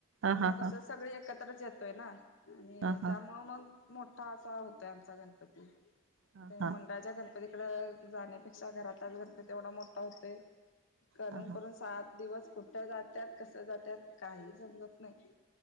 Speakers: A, on the left; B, on the right.
A: <inaudible>
B: हा
A: मग
B: हा
A: कस
B: हा
A: सगळी एक च येतोय ना आणि
B: हा हा
A: त्यामुळ मग मोठा असा होतय आमचा गणपती
B: हा
A: ते
B: हा
A: मुंडाळाचा गणपती इड जाण्यापेक्षा घरातच घण तेवढा मोठा होते करून
B: हा हा
A: करून सात दिवस कुठं जातात कस जातात काही समजत नाही